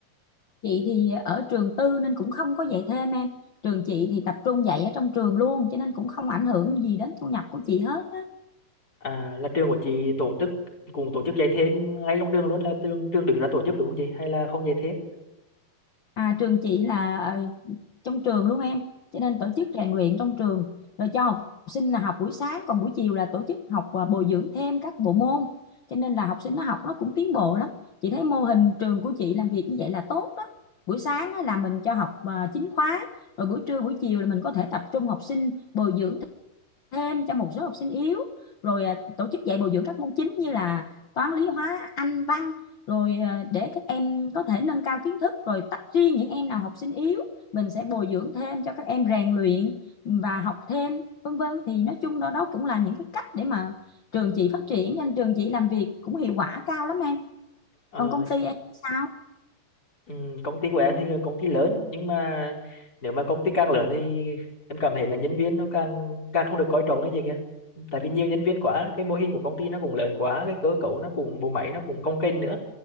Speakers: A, on the left; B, on the left.
A: chị thì ở trường tư nên cũng không có dạy thêm em trường chị thì tập trung dạy ở trong trường luôn cho nên cũng không ảnh hưởng gì đến thu nhập của chị hết á
B: À, là trường của chị tổ chức cùng tổ chức dạy thêm ngay trong trường luôn là trường trường đứng ra tổ chức đúng không chị? Hay là không dạy thêm?
A: à trường chị là ờ, trong trường luôn em cho nên tổ chức rèn luyện trong trường rồi cho học sinh là học buổi sáng còn buổi chiều là tổ chức học và bồi dưỡng thêm các bộ môn cho nên là học sinh nó học nó cũng tiến bộ lắm chị thấy mô hình trường của chị làm việc như vậy là tốt đó buổi sáng á là mình cho học ờ, chính khóa rồi buổi trưa buổi chiều là mình có thể tập trung học sinh bồi dưỡng thêm cho một số học sinh yếu rồi à, tổ chức dạy bồi dưỡng các môn chính như là toán lý hóa anh văn rồi à, để các em có thể nâng cao kiến thức rồi tách riêng những em nào học sinh yếu mình sẽ bồi dưỡng thêm cho các em rèn luyện và học thêm vân vân thì nói chung đó đó cũng là những cái cách để mà trường chị phát triển nên trường chị làm việc cũng hiệu quả cao lắm em
B: Ờ,
A: còn công ty em sao
B: ừm, công ty của em thì là công ty lớn nhưng mà nếu mà công ty càng lớn thì em cảm thấy là nhân viên nó càng càng không được coi trọng đấy chị kia. Tại vì nhiều nhân viên quá cái mô hình của công ty nó cũng lớn quá cái cơ cấu nó cũng bộ máy nó cũng cồng kềnh nữa